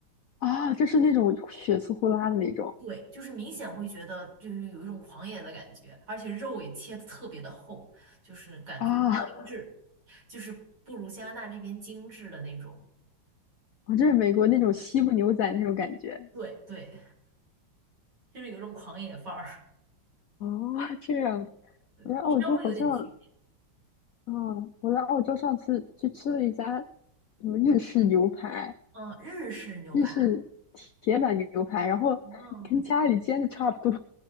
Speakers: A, on the left; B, on the right.
A: 啊，就是那种血丝呼啦的那种
B: 对，就是明显会觉得就是有一种狂野的感觉，而且肉也切的特别的厚，就是感觉不精致，
A: 啊。
B: 就是不如加拿大这边精致的那种，
A: 哦，这是美国那种西部牛仔那种感觉。
B: 对，对，就是有一种狂野范儿，
A: 哦，这样。
B: <laughs>
A: 我在澳洲好像，
B: 稍微有点区别。
A: 嗯，我在澳洲上次去吃了一家什么日式牛排，
B: 嗯，日式牛排，
A: 日式铁板牛排，然后
B: 哦
A: <laughs> 跟家里煎的差不多。